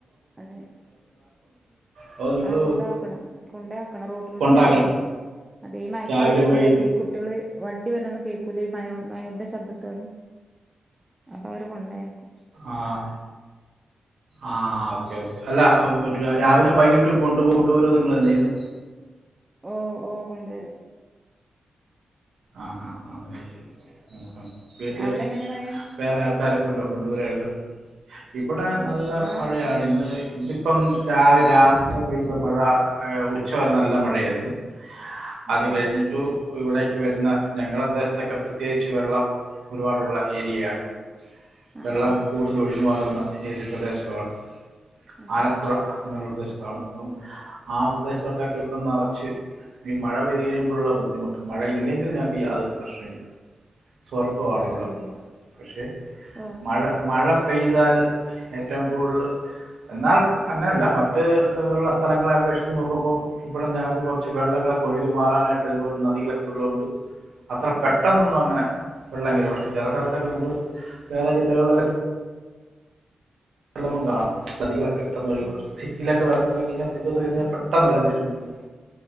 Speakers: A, on the right; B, on the right.
A: അതെ
B: അതോ നിങ്ങൾ
A: ആഹ് കൊണ്ടാക്കണം കൊണ്ടാക്കണം റോട്ടിലൂടെ
B: കൊണ്ടാക്കണം
A: പോവണ്ടേ അതെ ഈ മയക്കാലത്ത്
B: രാവിലെയും
A: കൊണ്ട്ഓ
B: വൈകിട്ടും
A: യാക്കും ഈ കുട്ടികള് വണ്ടി വ നൊന്നും കേക്കൂലേ മയ് മയേന്റെ ശബ്ദത്തോട് അപ്പൊ അവരെ കൊണ്ടോയാക്കും
B: ആഹ് ആഹ് ഓക്കേ ഓക്കേ അല്ല രാവിലും വൈകിട്ടും കൊണ്ടുപോവും കൊണ്ടുവരും നിങ്ങള് തന്നെ ചെയ്യുന്ന.
A: ഓ ഓ കൊണ്ടുവരും.
B: ആഹ് ആഹ് ആഹ് അതുശെരി ഉം ഉം. വീട്ടില്
A: അവിടെ എങ്ങനെ മഴ
B: വേറെ ആൾക്കാരൊക്കെ ഉണ്ടോ, കൊണ്ടുവരാൻ ഒക്കെ ഇവിടെ നല്ല
A: ആ
B: മഴയാണ് ഇന്ന് ഇന്നിപ്പം രാവി രാ ലെ പെയ്ത മഴ ഉച്ചവരെ നല്ല മഴയായിരുന്നു. അത്
A: ഓ
B: കഴിഞ്ഞിട്ടും ഇവിടെ. കാറ്റ് വരുന്ന ഞങ്ങടെ പ്രദേശത്തൊക്കെ പ്രത്യേകിച്ച് വെള്ളം ഒരുപാടുള്ള ഏരിയയാണ്.
A: ആ ആ
B: വെള്ളം
A: ആ.
B: കൂടുതല് ഒഴുകി മാറും. എന്ന് ഏരിയ പ്രദേശമാണ്.
A: അതെ
B: ആലപ്പുഴ അങ്ങ്. പ്രദേശത്താണ് അപ്പം ആ പ്രദേശത്തൊക്കെ ഇപ്പം നറച്ച് ഈ മഴ പെയ്ത് കഴിയുമ്പോഴുള്ള ബുദ്ധിമുട്ട്. മഴയില്ലെങ്കിൽ ഞങ്ങക്ക് യാതൊരു പ്രശ്നമില്ല. സ്വർഗ്ഗമാണ്
A: പ്രശ്നല്ല
B: ഇവിടം പക്ഷേ
A: ഓ
B: മഴ മഴ. പെയ്താൽ ഏറ്റവും കൂടുതൽ എന്നാൽ അങ്ങനെയല്ല മറ്റുള്ള സ്ഥലങ്ങളെ അപേക്ഷിച്ച് നോക്കുമ്പോ ഇവിടെ ഞങ്ങൾക്ക് കുറച്ച് വെള്ളങ്ങളൊക്കെ ഒഴുകി മാറാനായിട്ട് ഒരുപാട് ഇതുപോലെ നദികളും. ഉള്ളൊണ്ട് അത്ര
A: ഓ
B: പെട്ടെന്നൊന്നും അങ്ങനെ. വെള്ളം കേറും പക്ഷെ ചില സ്ഥലത്തൊക്കെ നമ്മള് വേറെ ജില്ലകളിലൊക്കെ. ചെല്ലുമ്പോ കാണും നദികളെ. പെട്ടെന്നൊഴുകി
A: ആഹ്
B: സിറ്റിയിലൊക്കെ വെള്ളം വരും. <unintelligible>
A: അതെ
B: <unintelligible> പെട്ടന്നെല്ലാം കേറി മുങ്ങുന്നെ